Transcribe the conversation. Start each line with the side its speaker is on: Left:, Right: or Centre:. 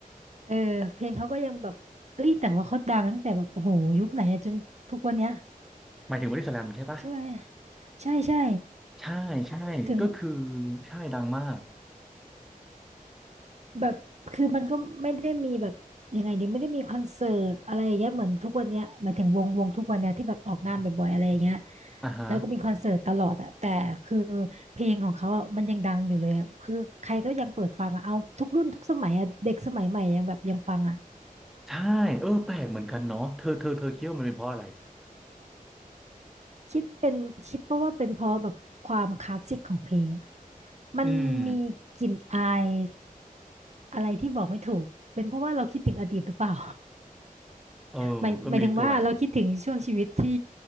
Right: เออเพลงเขาก็ยังแบบเอ้ยแต่ว่าเขาดังตั้งแต่แบบโอ้โหยุคไหนอะจนทุกวันเนี้ย
Centre: หมายถึงบอดี้สแลมใช่ปะ
Right: ใช่ไหมใช่ใช่
Centre: ใช่ใช่ก็คือ
Right: ถึง
Centre: ใช่ดังมาก
Right: แบบคือมันก็ไม่ได้มีแบบยังไงดีไม่ได้มีคอนเสิร์ตอะไรอย่างเงี้ยเหมือนทุกวันเนี้ยหมายถึงวงวงทุกวันเนี้ยที่แบบออกงานบ่อยๆอะไรอย่างเงี้ย
Centre: อ่าฮะ
Right: แล้วก็มีคอนเสิร์ตตลอดอะแต่คือเพลงของเขาอะมันยังดังอยู่เลยอะคือใครก็ยังเปิดฟังอะเอาทุกรุ่นทุกสมัยอะเด็กสมัยใหม่ยังแบบยังฟังอะ
Centre: ใช่เออแปลกเหมือนกันเนาะเธอเธอเธอคิดว่ามันเป็นเพราะอะไร
Right: คิดเป็นคิดเพราะว่าเป็นเพราะแบบความคลาสสิกของเพลงอะมันมีกลิ่นอาย
Centre: อืม
Right: อะไรที่บอกไม่ถูกเป็นเพราะว่าเราคิดถึงอดีตหรือเปล่า
Centre: เออก็มีส่วน
Right: หมายหมายถึงว่าเราคิดถึงช่วงชีวิตที่